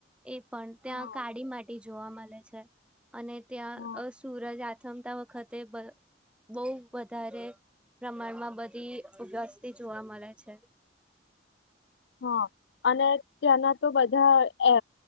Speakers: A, in the centre; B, on the left (about 65°).
A: એ પણ ત્યાં
B: હા.
A: કાળી માટેટી જોવા મળે છે. અને ત્યાં
B: હા
A: સૂરજ આથમતા વખત. તે બ બહ બ. વધારે પ્રમાણમાં બધી વસ્તી જોવા મળે છે.
B: હા. અને ત્યાંના તો બધા. અ